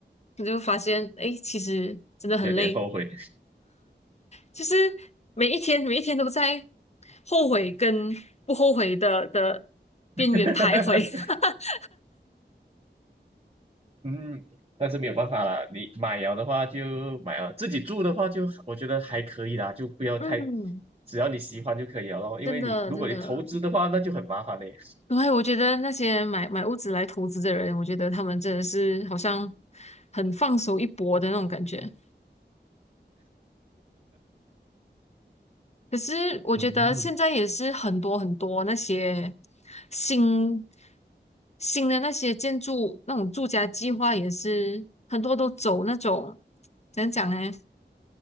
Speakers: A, on the left; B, on the right.
A: 我就发现，哎，其实真的很累，
B: 有点后悔。
A: 就是每一天每一天都在后悔跟不后悔的的边缘徘徊。
B: <laughs>
A: <laughs>
B: 嗯，但是没有办法啦，你买了的话就买了，自己住的话就我觉得还可以啦，就不要太，
A: 嗯，
B: 只要你喜欢就可以了咯。因为你如果你投资的话，
A: 真的真的，
B: 那就很麻烦嘞。
A: 对，我觉得那些买买屋子来投资的人，我觉得他们真的是好像很放手一搏的那种感觉。可是我觉得现在也是很多很多那些
B: 嗯
A: 新新的那些建筑那种住家计划，也是很多都走那种怎样讲呢？